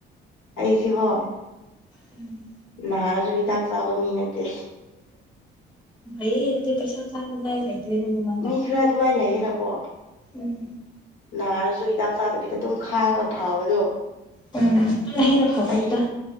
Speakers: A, on the left; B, on the left.
A: ꯑꯩꯁꯤꯕꯣ
B: ꯎꯝ
A: ꯅꯍꯥꯔꯁꯨ ꯍꯤꯗꯥꯛ ꯆꯥꯕ ꯃꯤ ꯅꯠꯇꯦ
B: ꯩꯛꯇ ꯄꯩꯁ ꯏꯇꯂ
A: ꯃꯤ ꯈꯔ ꯑꯗꯨꯃꯥꯏꯅ ꯂꯩꯌꯦꯅꯀꯣ
B: ꯎꯝ
A: ꯅꯥꯔꯁꯨ ꯍꯤꯗꯥꯛ ꯆꯥꯗꯕꯤꯗ ꯑꯗꯨꯝ ꯈꯥꯡꯉ ꯐꯕꯗꯣ
B: ꯎꯝ ꯑꯗꯨꯅ ꯍꯦꯟꯅ ꯐꯕꯅꯤꯗ
A: ꯑꯌꯠ